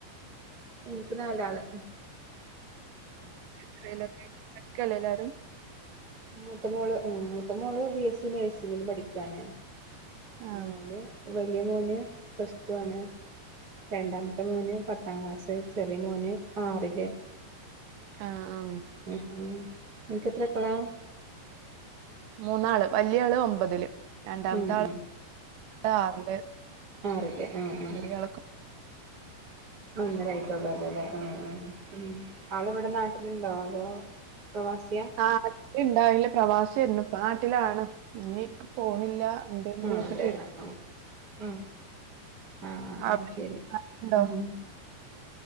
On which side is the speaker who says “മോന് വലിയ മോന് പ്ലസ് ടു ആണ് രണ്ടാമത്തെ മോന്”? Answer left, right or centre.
Right